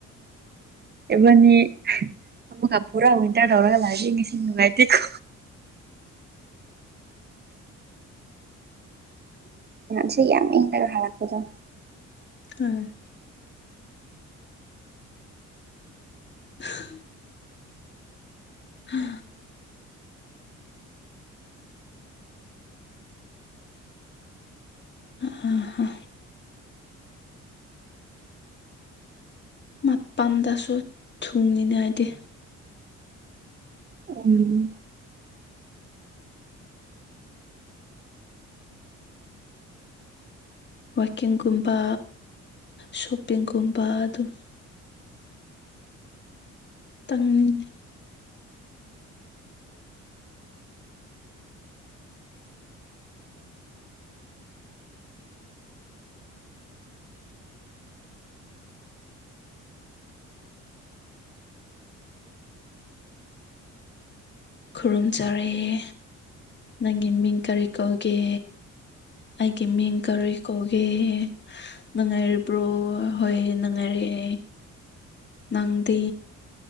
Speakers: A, on the right; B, on the left.
A: ꯏꯕꯅꯤ ꯑꯃꯨꯛꯀ ꯄꯨꯔꯥ ꯋꯤꯟꯇꯔ ꯇꯧꯔꯒ ꯂꯥꯛꯑꯗꯤ ꯉꯁꯤ ꯅꯨꯡꯉꯥꯏꯇꯦꯀꯣ ꯁꯤ ꯌꯥꯝ ꯏꯂꯒ ꯍꯔꯛꯄꯗꯣ
B: ꯑ <unintelligible> ꯍꯥ ꯑ ꯃꯄꯥꯟꯗꯁꯨ ꯊꯨꯡꯅꯤꯅꯦ ꯍꯥꯏꯗꯤ
A: ꯎꯝ
B: ꯋꯀꯤꯡꯒꯨꯝꯕ ꯁꯣꯞꯄꯤꯡꯒꯨꯝꯕ ꯑꯗꯨꯝ ꯇꯉꯅꯦ ꯈꯨꯔꯨꯝꯖꯔꯛꯑꯦ ꯅꯪꯒꯤ ꯃꯤꯡ ꯀꯔꯤ ꯀꯧꯒꯦ ꯑꯩꯒꯤ ꯃꯤꯡ ꯀꯔꯣꯏ ꯀꯧꯒꯦ ꯅꯨꯡꯉꯥꯏꯔꯤꯕ꯭ꯔꯣ ꯍꯣꯏ ꯅꯨꯡꯉꯥꯏꯔꯛꯑꯦ ꯅꯪꯗ